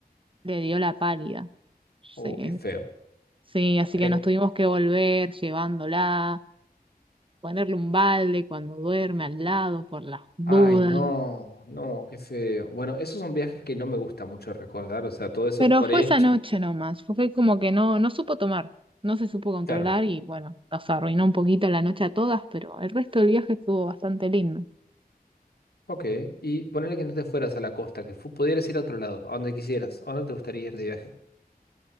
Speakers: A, on the right (about 35°); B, on the left (about 80°).
A: le dio la pálida. Sí,
B: Uh, qué feo.
A: sí, así
B: Eh,
A: que nos tuvimos que volver llevándola, ponerle un balde cuando duerme al lado por las dudas.
B: ay, no, no, qué feo. Bueno, esos son viajes que no me gusta mucho recordar. O sea, todo eso
A: Pero
B: por
A: fue
B: ahí
A: esa
B: es chi-
A: noche nomás, fue como que no, no supo tomar, no se supo controlar
B: Claro.
A: y bueno, nos arruinó un poquito la noche a todas, pero el resto del viaje estuvo bastante lindo.
B: Ok. Y ponerle que no te fueras a la costa, que fu- pudieras ir a otro lado, a donde quisieras. ¿A dónde te gustaría ir de viaje?